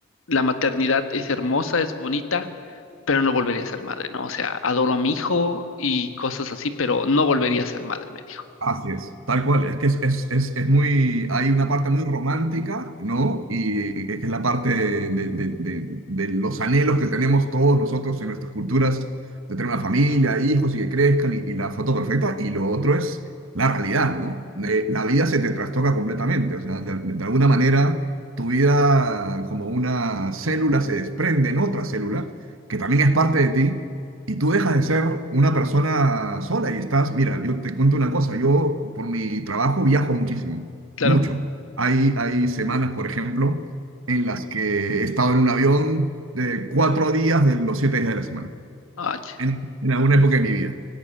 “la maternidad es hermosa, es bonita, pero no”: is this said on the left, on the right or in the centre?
Left